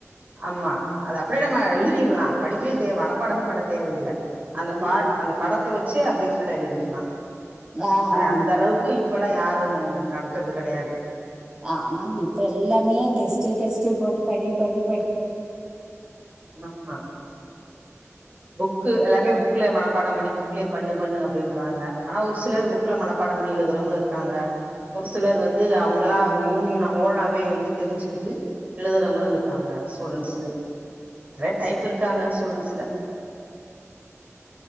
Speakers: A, on the right; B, on the right.
A: ஆமா அது அப்டியே நம்ம எழுதிர்லா படிக்கவே தே வனப்பாடமே பண்ண தேவையில்ல அந்த
B: ம்
A: பா அந்த படத்த வச்சே அப்டியே ஃபுல்லா எழுதிர்ல
B: ஆ
A: அவெ
B: ஆ
A: அந்த அளவுக்கு இ இப்பல்லா யாரு நடத்றது கெடையாது
B: ஆமாங்க இப்ப எல்லாமே டெஸ்ட்டு டெஸ்ட்டு போட் படி படி படி
A: ஆமா புக்கு எல்லாமே புக்ல மனப்படம் பண்ணி புக்லயே பண்ணு பண்ணு அப்டின்றாங்க ஆனா ஒரு சிலர் புக் புக்ல மனப்பாடம் பண்ணி எழுதுறவங்களு இருக்காங்க ஒரு சிலர் வந்து அவுங்களா ஓன்னா ஓனாவே வந்து தெருஞ்சுக்கிட்டு எழுதுறவங்களு இருக்காங்க ஸ்டூடன்ஸு நெறைய டைப் இருக்காங்க ஸ்டூடன்ஸ்ல